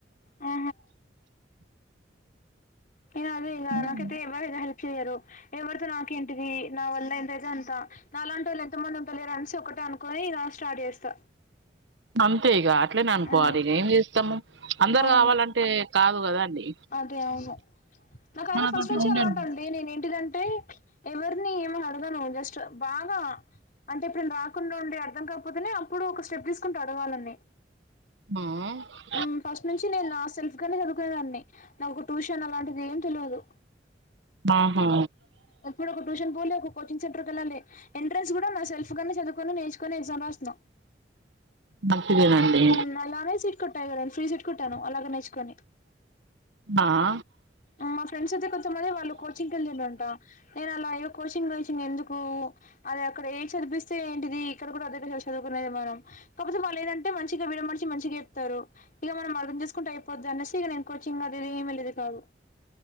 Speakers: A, on the left; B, on the right.
A: ఆ నేను అదే ఇగ
B: తిన్నారండి?
A: నాకెట్ట ఎవ్వరు <unintelligible> హెల్ప్ చేయ్యరు ఎవరితో నాకేంటిది నా వల్ల ఏంతైతే అంత నాలాంటోళ్ళు ఎంత మంది ఉంటలేరు అన్సి ఒకటే అనుకుని ఇగ స్టార్ట్ చేస్తా
B: అంతే ఇగ అట్లేనే అనుకోవాలి
A: ఆ
B: ఇక ఏం చేస్తాము అందరు
A: అవును
B: కావాలంటే కాదు కదా అండి
A: అదే అవును నాకు అయినా
B: మనతోటి
A: ఫస్ట్ నుంచి
B: ఉండరు
A: అలవాటు ఉంది అంటే నేను ఏంటిదంటే ఎవరిని ఏమో అడగను జస్ట్ బాగా అంటే ఎప్పుడన్న రాకుండా ఉండి అర్థం కాకపోతేనే అప్పుడు ఒక స్టెప్ తీసుకుంటూ అడగాలని
B: ఆ
A: మ్మ్ ఫస్ట్ నుంచి నేను నా సెల్ గానే చదుకునేదాన్ని నాకు ఒక ట్యూషన్ అలాంటిది ఏం తెల్వదు
B: ఆహా
A: ఇప్పుడు ఒక ట్యూషన్ పోలే ఒక కోచింగ్ సెంటర్కి వెళ్ళాలి ఎంట్రెన్స్ కూడా నా సెల్ఫ్గానే చదువుకొని నేర్చుకొని ఎగ్జమ్ రాసిన
B: మంచిదేనండి
A: మ్మ్ అలానే సీట్ కొట్టను నేను ఫ్రీ సీట్ కొట్టాను అలాగ నేర్చుకొని
B: ఆా
A: మా ఫ్రెండ్స్ అయితే కొంచెంమంది వాళ్ళు కోచింగ్ కి వెళ్ళిరంట నేను అలా ఏ కోచింగ్ కోచింగ్ ఎందుకు అది అక్కడ ఏ చదిపిస్తే ఏంటిది ఇక్కడ కూడా అద చదువుకునేది మనం కాకపోతే వాళ్ళు ఏదంటే మంచిగా విడమడిచి మంచిగా చెప్తారు ఇగ మనం అర్థం చేసుకుంటే అయిపోద్దు అనేసి ఇక నేను కోచింగ్ అది ఏమీ లేదు కాదు